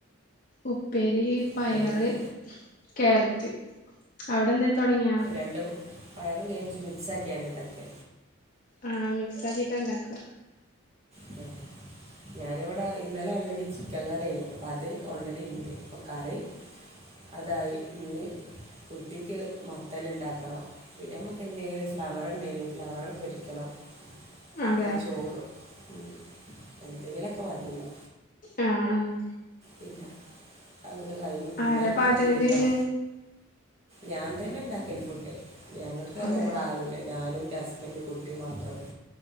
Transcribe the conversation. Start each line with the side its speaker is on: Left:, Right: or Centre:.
Left: ഉപ്പേരി പയറ്,
Right: ഉപ്പേരി ക-
Left: കേരറ്റ് അവിടെ എന്തേ തൊടങ്യോ
Right: രണ്ടും പയറും കേരറ്റും മിക്സാക്ക്യാണ്ട് ണ്ടാക്ക്യ
Left: ആ മിക്സാക്കിറ്റാണ്ടാക്ക
Right: അഹ് ഞാനിവിടെ ഇന്നലെ ഓൾറെഡി ചിക്കൻ കറ്യേനു അപ്പ അത് ഓൾറെഡി ണ്ട് ഇപ്പൊക്കറി. അതായി ഇഞ് കുട്ടിക്ക് മത്തൻ ണ്ടാക്കണം. പിന്നെ നമ്മുക്ക് എന്തെങ്കിലും ഫ്ലവർണ്ടേഞ് ഫ്ലവർ പൊരിക്കണം
Left: അതെ
Right: പിന്നെ ചോറും. ഉം എന്തെങ്കിലൊക്കെ മതില്ലോ.
Left: ആഹ് ആഹ്
Right: പിന്നെ അത് കഴിഞ്ഞ് പിന്നെ
Left: ആരാ പാചകം
Right: തിരുമ്പാ.
Left: ചെയ്യണ്
Right: ഞാൻ തന്നെ ണ്ടാക്കല് ഫുഡ് ഞങ്ങക്കറ്യാ
Left: അതെ
Right: ഇവിടെ ആരുല്ല. ഞാനും ന്റെ ഹസ്ബൻഡും കുട്ടിം മാത്രൊള്ളൂ